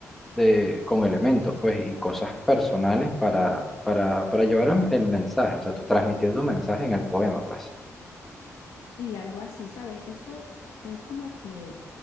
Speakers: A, in the centre; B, on the left.
A: de, con elementos, pues, y cosas personales para, para, para llevar el, el mensaje, o sea, tú transmitir tu mensaje en el poema, pues.
B: Sí, algo así, ¿sabes? Eso es como que,